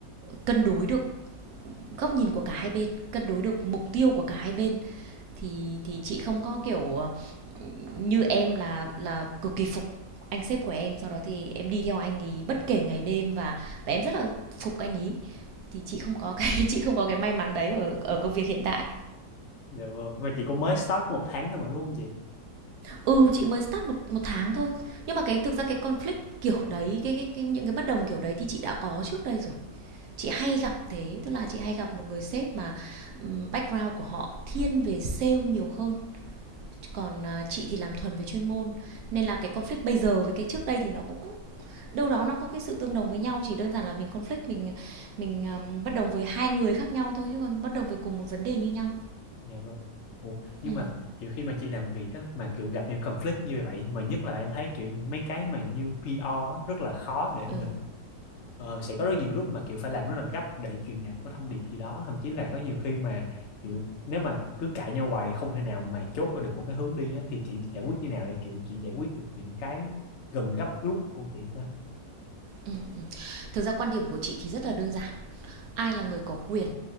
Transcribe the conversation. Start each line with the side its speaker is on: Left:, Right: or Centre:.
Right: cân đối được góc nhìn của cả hai bên cân đối được mục tiêu của cả hai bên thì thì chị không có kiểu ờ, như em là là cực kỳ phục anh sếp của em sau đó thì em đi theo anh ý bất kể ngày đêm và và em rất là phục anh ý thì chị không có cái <laughs> chị không có cái may mắn đấy ở ở công việc hiện tại
Left: dạ vâng mà chị cũng mới start có một tháng thôi mà đúng không chị
Right: ừ chị mới start một một tháng thôi nhưng mà cái thực ra cái conflict kiểu đấy cái, cái, cái những cái bất đồng kiểu đấy thì chị đã có trước đây rồi chị hay gặp thế tức là chị hay gặp một người sếp mà background của họ thiên về sale nhiều hơn còn à, chị thì làm thuần về chuyên môn nên là cái conflict bây giờ với cái trước đây thì nó cũng đâu đó nó có cái sự tương đồng với nhau chỉ đơn giản là mình conflict mình mình um, bất đồng với hai người khác nhau thôi chứ còn bất đồng về cùng một vấn đề như nhau
Left: dạ vâng Ủa, nhưng
Right: ừ
Left: mà kiểu khi mà chị làm việc á mà kiểu gặp những conflict như vậy mà nhất là em thấy kiểu mấy cái mà như PR á, rất là khó để mình
Right: ừ
Left: Ờ, sẽ có rất nhiều lúc mà kiểu phải làm rất là gấp để truyền đạt một cái thông điệp gì đó thậm chí là có nhiều khi mà kiểu nếu mà cứ cãi nhau hoài thì không thể nào mà chốt được một cái hướng đi á, thì chị giải quyết như nào để kiểu chị giải quyết được những cái gần gấp rút của chị ta
Right: ừ, ừ. thực ra quan điểm của chị thì rất là đơn giản ai là người có quyền